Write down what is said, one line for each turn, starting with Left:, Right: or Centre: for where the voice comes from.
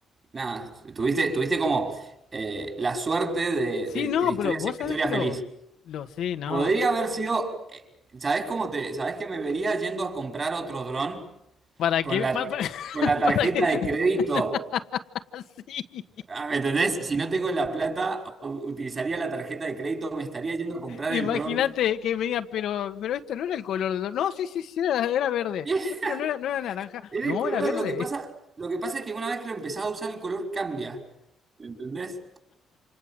Right: nada, tuviste, tuviste como eh, la suerte de,
Left: Sí,
Right: de
Left: no,
Right: que la historia
Left: pero vos
Right: sea una
Left: sabés
Right: historia
Left: que
Right: feliz.
Left: lo... Lo sí, no.
Right: Podría haber sido, eh, ¿sabes cómo te, sabes que me vería yendo a comprar otro dron
Left: ¿Para
Right: con
Left: qué?
Right: la,
Left: Pa-
Right: tar-
Left: pa- <laughs>
Right: con la tarjeta
Left: ¿Para, qué?
Right: de crédito?
Left: <laughs> Sí.
Right: Ah, ¿Me entendés? Si no tengo la plata, u- utilizaría la tarjeta de crédito, me estaría yendo a comprar
Left: Imagínate
Right: el dron.
Left: que me digan, pero, pero esto no era el color. de- la-". No, sí, sí, sí, era, era verde.
Right: <laughs>
Left: "No, pero no era, no era naranja.
Right: Era
Left: No,
Right: el color,
Left: era verde.
Right: lo que pasa, lo que pasa es que una vez que lo empezás a usar, el color cambia. ¿Me entendés?